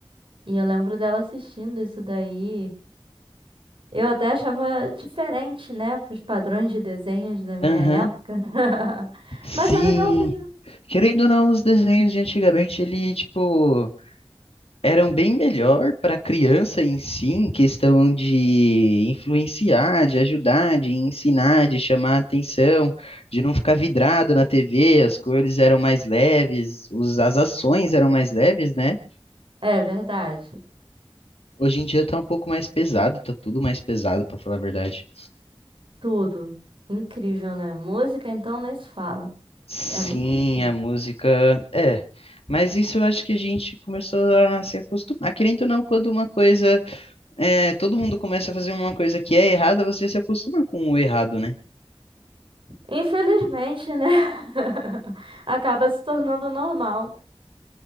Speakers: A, on the right; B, on the left.
A: E eu lembro dela assistindo isso daí. Eu até achava diferente, né, para os padrões de desenhos da minha
B: Aham.
A: época. <laughs>
B: Sim.
A: Mas é legalzinho.
B: Querendo ou não, os desenhos de antigamente, ele, tipo, eram bem melhor para criança em si, em questão de influenciar, de ajudar, de ensinar, de chamar atenção, de não ficar vidrado na TV, as cores eram mais leves, os, as ações eram mais leves, né?
A: É verdade.
B: Hoje em dia tá um pouco mais pesado, tá tudo mais pesado, para falar a verdade.
A: Tudo. Incrível, né? Música, então, nem se fala.
B: Sim,
A: É muito difícil.
B: a música é. Mas isso eu acho que a gente começou a se acostumar. Querendo ou não, quando uma coisa. É, todo mundo começa a fazer uma coisa que é errada, você se acostuma com o errado, né?
A: Infelizmente, né? <laughs> Acaba se tornando normal.